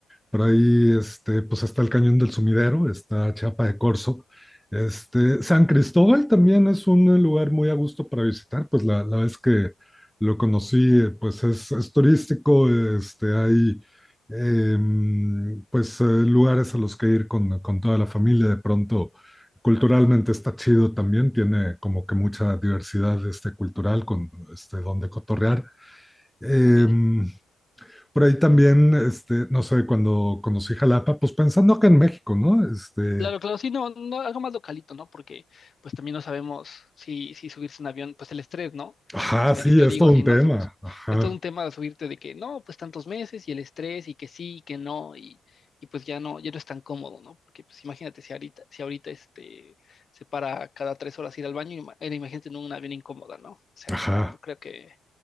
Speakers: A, in the centre; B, on the left (about 45°).
A: Por ahí este, pues está el Cañón del Sumidero, está Chiapa de Corzo. Este, San Cristóbal también es un eh, lugar muy a gusto para visitar, pues la, la vez que lo conocí, eh, pues es, es turístico, este, hay em, pues eh, lugares a los que ir con, con toda la familia de pronto Culturalmente está chido también, tiene como que mucha diversidad este, cultural con este, donde cotorrear. Em,
B: Ok.
A: por ahí también, este, no sé, cuando conocí Jalapa, pues pensando que en México, ¿no? Este,
B: Claro, claro, sí, no, no, algo más localito, ¿no? Porque pues también no sabemos si, si subirse en avión, pues el estrés, ¿no?
A: ajá,
B: O sea,
A: sí,
B: yo, yo
A: es
B: digo
A: todo
B: así,
A: un
B: ¿no?
A: tema.
B: Su-
A: Ajá,
B: es todo un tema de subirte de que no, pues tantos meses y el estrés y que sí y que no y, y pues ya no, ya no es tan cómodo, ¿no? Porque pues imagínate si ahorita, si ahorita este se para cada tres horas ir al baño, ima- eh, imagínate en un avión incómoda, ¿no? O sea,
A: ajá.
B: no, no creo que,